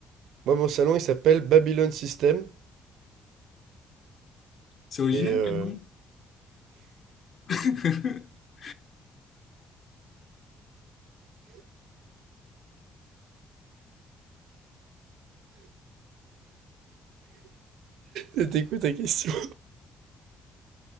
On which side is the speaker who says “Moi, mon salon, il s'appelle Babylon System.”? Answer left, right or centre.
Right